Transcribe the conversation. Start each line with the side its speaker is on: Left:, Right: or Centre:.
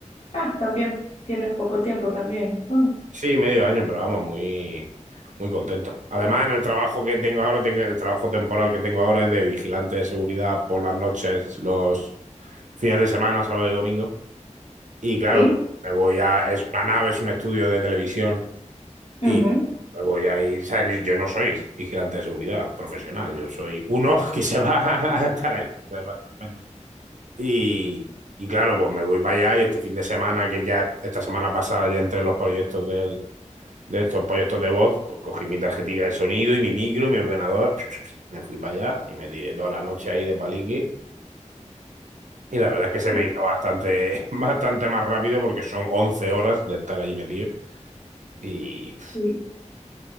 Left: Ah, también tienes poco tiempo también. Oh,
Right: Sí, medio año, pero vamos, muy, muy contento. Además, en el trabajo que tengo ahora, tengo- el trabajo temporal que tengo ahora es de vigilante de seguridad por las noches, los fines de semana, sábado y domingo. Y claro,
Left: ¿sí?
Right: me voy a, es una nave, es un estudio de televisión
Left: Ujú.
Right: y me voy a ir, o yo no soy vigilante de seguridad profesional, yo soy uno <laughs> que se va <laughs> a estar ahí. básicamente. Y, y claro, pues me voy para allá y este fin de semana, que ya esta semana pasada, ya entre los proyectos del de estos proyectos de voz, pues cogí mi tarjetita de sonido y mi micro, mi ordenador, <laughs> me fui para allá y me tiré toda la noche ahí de palique. Y la verdad es que se
Left: Sí,
Right: me hizo bastante, <laughs> bastante más rápido porque son 11 horas de estar ahí metido. Y,
Left: sí.